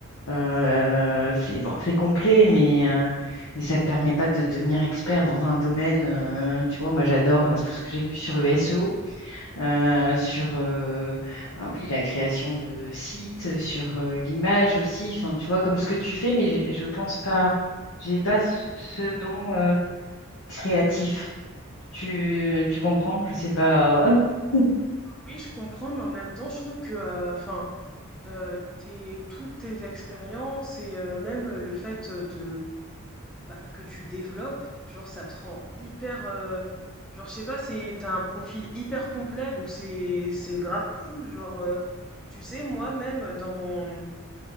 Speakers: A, on the left; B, in the centre.
A: Euh, c'est bon, c'est complet, mais, euh, mais ça te permet pas de devenir expert dans un domaine. euh, tu vois, moi j'adore euh, tout ce que j'ai vu sur le SEO, euh, sur euh, ah oui, la création de sites, sur euh, l'image aussi, enfin, tu vois, comme ce que tu fais, mais j'ai- je pense pas, j'ai pas ce, ce don euh, créatif. Tu, tu comprends? Je sais pas. <laughs>
B: Oui, je comprends, mais en même temps, je trouve que, euh, enfin, Heu, tes toutes tes expériences et heu, même le fait, de bah, que tu développes, genre ça te rend hyper, heu, genre je sais pas, c'est t'as un profil hyper complet donc c'est c'est grave cool genre, heu et tu sais moi-même dans mon